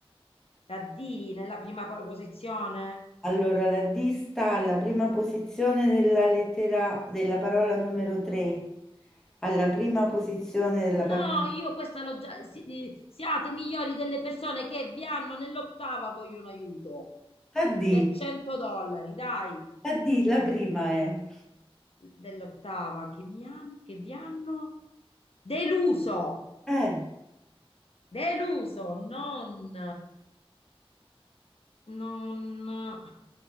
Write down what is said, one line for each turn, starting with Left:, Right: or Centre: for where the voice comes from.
Left: La D nella prima posizione.
Centre: Allora, la D sta alla prima posizione della lettera della parola numero 3, alla prima posizione della
Left: No,
Centre: parola...
Left: io questa l'ho già... si- eh, siate migliori delle persone che vi hanno nell'ottava vogliono aiuto
Centre: La D,
Left: per 100 dollari, dai,
Centre: la D, la prima è.
Left: dell'ottava che mi hanno, che vi hanno deluso,
Centre: Eh,
Left: deluso, non, non,